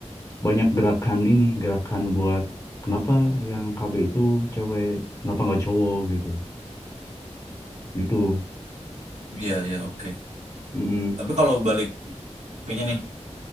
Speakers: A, on the left; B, on the right.
A: banyak gerakan ini, gerakan buat kenapa yang KB itu cewek, kenapa nggak cowok gitu. Gitu.
B: iya, iya, oke.
A: Mm-mm.
B: Tapi kalau balik topiknya nih,